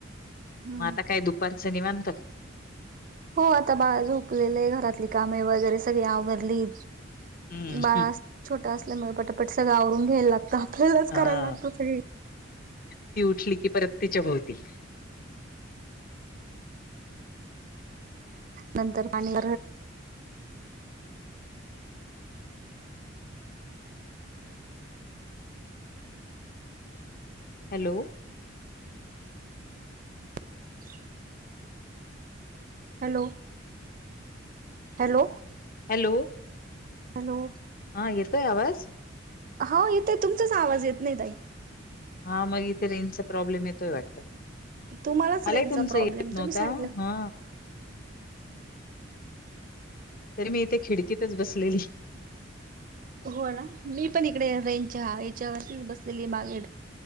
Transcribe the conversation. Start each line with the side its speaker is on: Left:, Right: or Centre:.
Right: हम्म
Left: मग आता काय दुपारचं निवांत?
Right: हो आता बाळ झोपलेले आहे घरातली कामे वगैरे सगळी आवरली.
Left: हम्म
Right: बाळा छोटा असल्यामुळे पटापट सगळं आवरून घ्यायला लागतं आपल्यालाच
Left: हा.
Right: करायला लागतो सगळं.
Left: ती उठली की परत तिच्या भोवती
Right: नंतर पाणी
Left: हॅलो
Right: ह हॅलो हॅलो
Left: हॅलो
Right: हॅलो
Left: हा येतोय आवाज?
Right: हो येतोय तुमचाच आवाज येत नाही ताई
Left: हा मग इथे रेंजचा प्रॉब्लेम येतोय वाटतं
Right: तुम्हालाच
Left: मलाही
Right: रेंजचा
Left: तुमचा
Right: प्रॉब्लेम
Left: येत नव्हता
Right: तुम्ही सांगलं
Left: हा तरी मी इथे खिडकीतच बसलेली.
Right: हो ना मी पण इकडे रेंच ह याच्यावरतीच बसलेली मागे